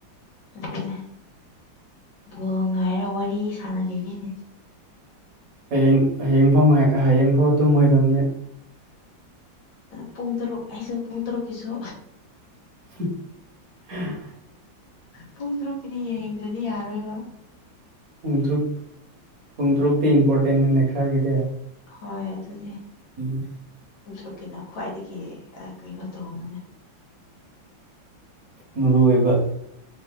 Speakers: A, on the left (about 75°); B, on the right (about 50°).
A: ꯑꯗꯨ ꯕꯣꯜ ꯉꯥꯏꯔ ꯋꯥꯔꯤ ꯁꯥꯔꯤꯅꯤꯅꯦ
B: ꯍꯌꯦꯡ ꯍꯌꯦꯡ ꯐꯥꯎ ꯍꯌꯦꯡꯐꯥꯎ ꯇꯨꯝꯃꯣꯏꯗꯕꯅꯦ
A: ꯄꯨꯡ ꯇꯔꯨꯛ ꯍꯥꯏꯁ ꯄꯨꯡ ꯇꯔꯨꯛꯀꯤꯁꯨ
B: <unintelligible>
A: ꯄꯨꯡ ꯇꯔꯨꯛꯀꯤꯗꯤ ꯌꯦꯡꯗ꯭ꯔꯗꯤ ꯌꯥꯔꯣꯏꯕ
B: ꯄꯨꯡꯇ꯭ꯔꯨꯛ ꯄꯨꯡꯇ꯭ꯔꯨꯛꯇꯤ ꯏꯝꯄꯣꯔꯇꯦꯟꯅꯅꯦ ꯃꯈꯥꯒꯤꯗꯤ
A: ꯍꯣꯏ ꯑꯗꯨꯅꯦ
B: ꯎꯝ
A: ꯍꯡꯇꯨꯀꯤꯅ ꯈ꯭ꯋꯥꯏꯗꯒꯤ ꯀꯩꯅꯣ ꯇꯧꯕꯅꯦ
B: ꯃꯔꯨ ꯑꯣꯏꯕ